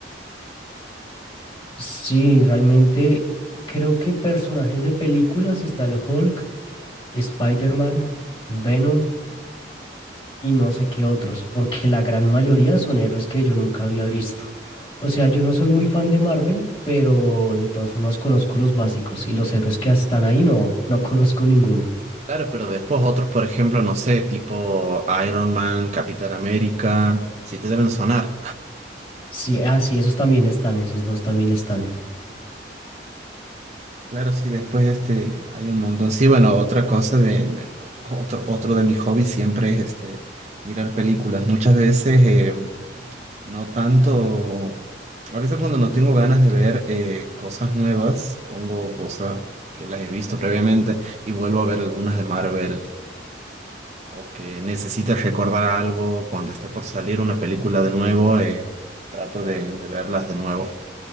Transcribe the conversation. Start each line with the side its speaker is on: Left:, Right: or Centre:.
Left: Sí, realmente creo que personajes de películas está el Hulk, Spider-Man, Venom, y no sé qué otros, porque la gran mayoría son héroes que yo nunca había visto. O sea, yo no soy muy fan de Marvel, pero de todas formas conozco los básicos y los héroes que están ahí no, no conozco ninguno.
Right: Claro, pero después otros, por ejemplo, no sé, tipo Iron Man, Capitán América, sí te deben sonar.
Left: Sí, ah, sí, esos también están, esos dos también están.
Right: Claro, sí, después este hay un montón. Sí, bueno, otra cosa de de- otro otro de mis hobbies siempre es este mirar películas. Muchas veces eh, no tanto, a veces cuando no tengo ganas de ver eh, cosas nuevas, pongo cosas que las he visto previamente y vuelvo a ver algunas de Marvel. o que necesites recordar algo cuando esté por salir una película de nuevo, eh, trato de, de verlas de nuevo.